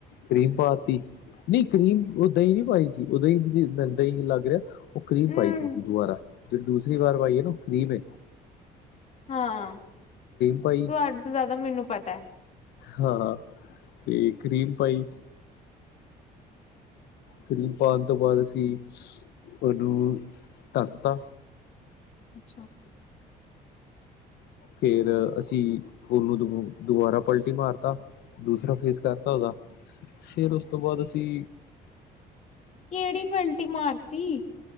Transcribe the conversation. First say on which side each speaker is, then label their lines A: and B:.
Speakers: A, on the left; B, on the left.
A: ਕਰੀਮ ਪਾ ਤੀ ਨਹੀਂ ਕਰੀਮ ਉਹ ਦਹੀਂ ਨੀ ਪਾਈ ਸੀ, ਉਹ ਦਹੀਂ ਦਹੀਂ ਲੱਗ ਰਿਹਾ। ਉਹ ਕਰੀਬ
B: ਹੂੰ
A: ਪਾਈ ਸੀ ਅਸੀਂ ਦੁਬਾਰਾ ਦੂਸਰੀ ਵਾਰ ਆਈਏ ਨਾ ਫਰੀ ਮੇ
B: ਹਾਂ,
A: ਪਾਈ
B: ਤੁਹਾਡੇ ਤੋਂ ਜ਼ਿਆਦਾ ਮੈਨੂੰ ਪਤਾ ਹੈ।
A: ਹਾਂ, ਤੇ ਕਰੀਮ ਪਾਈ ਕਰਿਮ ਪਾਉਣ ਤੋਂ ਬਾਅਦ ਅਸੀਂ ਉਹਨੂੰ ਢੱਕਤਾ।
B: ਅੱਛਾ
A: ਫੇਰ ਅਸੀਂ ਉਹਨੂੰ ਦ ਦੁਬਾਰਾ ਪਲਟੀ ਮਾਰਤਾ, ਦੂਸਰਾ ਫੇਸ ਕਰਤਾ ਉਹਦਾ ਫੇਰ ਉਸ ਤੋਂ ਬਾਅਦ ਅਸੀਂ
B: ਕਿਹੜੀ ਫਲਟੀ ਮਾਰਤੀ??